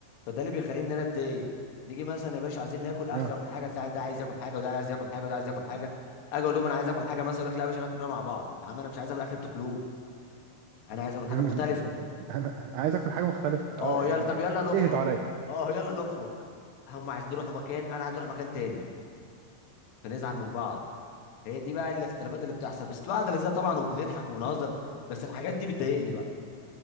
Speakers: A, on the left (about 70°); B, on the right (about 80°).
A: فده اللي بيخليني ان انا اتضايق نيجي مثلا يا باشا عايزين ناكل اكله
B: اه
A: ولا حاجه تلاقي ده عايز ياكل حاجه وده عايز ياكل حاجه وده عايز ياكل حاجه اجي اقول لهم انا عايز اكل حاجه مثلا يقول لك لا يا باشا هناكل كلنا مع بعض يا عم انا مش عايز اكل اكل بتاكلوه انا عايز اكل
B: <laughs>
A: حاجه مختلفه
B: انا عايز اكل حاجه مختلفه اه
A: اه
B: يعني
A: يلا طب يلا نخرج
B: اهدوا عليا
A: اه يلا نخرج هم عايزين يروحوا مكان انا عايز اروح مكان تاني فنزعل
B: مم.
A: من بعض هي دي بقى الاختلافات اللي بتحصل بس بتبقى قاعده لذيذه طبعا وبنضحك وبنهزر بس الحاجات دي بتضايقني بقى